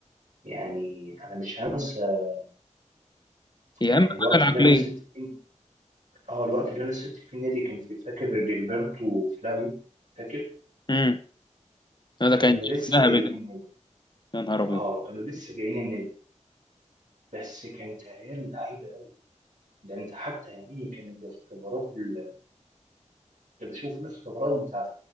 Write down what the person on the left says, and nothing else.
هي
أهم
حاجة العقلية
امم لا ده
كان
ذهبي
ده
يا نهار أبيض